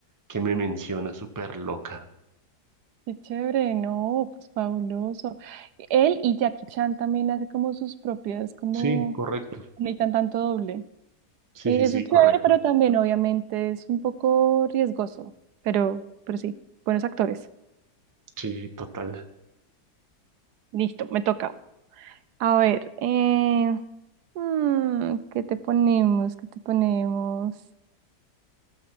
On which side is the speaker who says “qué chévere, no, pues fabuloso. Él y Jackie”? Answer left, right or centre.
Right